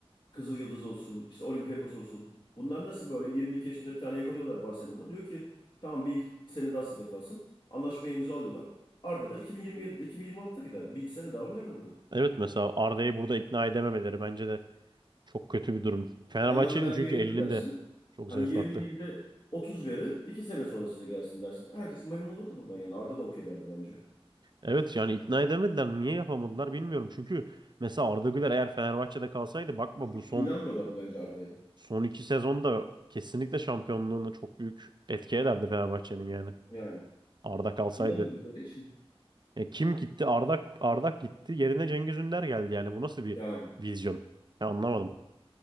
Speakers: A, on the left; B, on the right.
A: Kızıl Yıldız olsun. işte Olympiakos olsun. Bunlar nasıl böyle 22 yaşında bir tane yakalıyorlar Barcelona'dan. Diyor ki tamam bir iki sene daha sizde kalsın. Anlaşmayı imza alıyorlar. Arda da 2027'de 2026'da giderdi. Bir iki sene daha oynardı burada.
B: Evet mesela Arda'yı burada ikna edememeleri bence de Çok kötü bir durum. Fenerbahçe'nin
A: Hemen vermeyelim
B: çünkü elinde
A: de dersin.
B: çok
A: Hani
B: zayıflattı.
A: 20 değil de 30 verin. iki sene sonra size gelsin dersin. Herkes memnun olurdu buradan yani. Arda da okey derdi bence.
B: Evet yani ikna edemediler. Niye yapamadılar bilmiyorum. Çünkü mesela Arda Güler eğer Fenerbahçe'de kalsaydı bakma
A: Çünkü
B: bu son
A: inanmıyorlardı bence Arda'ya.
B: son iki sezonda kesinlikle şampiyonluğuna çok büyük etki ederdi Fenerbahçe'nin yani.
A: Yani
B: Arda kalsaydı.
A: inanmadıkları için
B: E, kim gitti? Arda Arda gitti. Yerine Cengiz Ünder geldi yani. Bu nasıl bir
A: yani
B: vizyon? Ya anlamadım.